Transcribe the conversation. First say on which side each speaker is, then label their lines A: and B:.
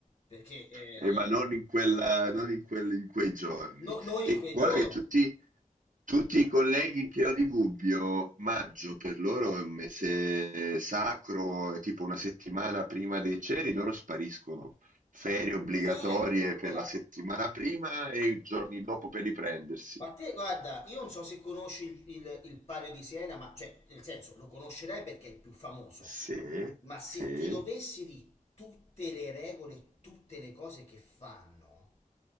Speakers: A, on the left (about 45°); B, on the right (about 70°).
A: perché eh,
B: Eh, ma
A: eh,
B: non in quella, non in quel- in quei giorni.
A: no- non
B: E
A: in quei
B: guarda
A: giorni.
B: che tutti, tutti i colleghi che ho di Gubbio, maggio per loro è un mese sacro, è tipo una settimana prima dei ceri, loro spariscono. Ferie obbligatorie
A: Eh,
B: per
A: guarda.
B: la settimana prima e i giorni dopo per riprendersi.
A: Ma te, guarda, io non so se conosci il, il, il Palio di Siena, ma cioè, nel senso, lo conoscerai perché è il più famoso.
B: Sì,
A: Ma se
B: sì.
A: ti dovessi di tutte le regole, tutte le cose che fanno,